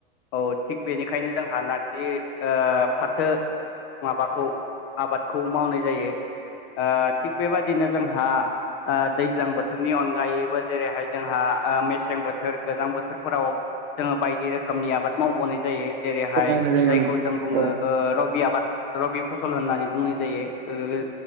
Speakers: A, on the left (about 40°); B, on the right (about 85°).
A: औ थिग बेनिखायनो जोंहा नारजि ओ फाथो माबाखौ आबादखौ मावनाय जायो ओ थिग बेबादिनो जोंहा ओ दैज्लां बोथोरनि अनगायैबो जेरैहाय जोंहा ओ मेस मेसें बोथोर गोजां बोथोरफोराव जोङो बायदि रोखोमनि आबाद मावबोनाय जायो जेरैहाय
B: औ मावनाय जायो
A: जायखौ जों बुङो
B: औ
A: ओ रबि आबाद रबि फसल होननानै बुंनाय जायो